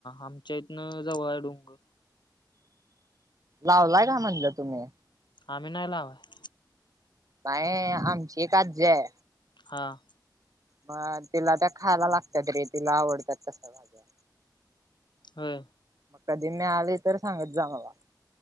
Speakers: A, on the left (about 90°); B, on the right (about 50°).
A: आमच्या इथनं जवळ हाय डोंगर.
B: लावलाय काय म्हणलं तुम्ही?
A: आम्ही नाही लावाय.
B: नाही आमची एक आज्जी हाय.
A: हां.
B: म, तिला त्या खायला लागतात रे, तिला आवडतात तशा भाज्या.
A: हो.
B: मग कधी नाय आले तर सांगत जा मला